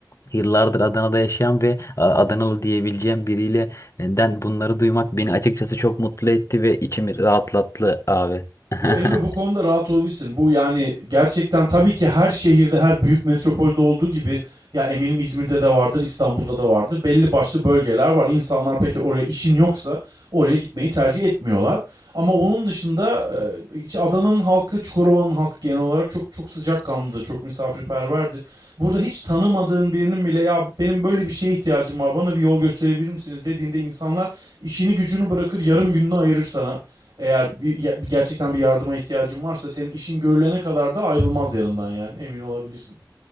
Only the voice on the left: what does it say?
Yıllardır Adana'da yaşayan ve a, Adanalı diyebileceğim biriyle den bunları duymak beni açıkçası çok mutlu etti ve içimi rahatlattı abi. <laughs>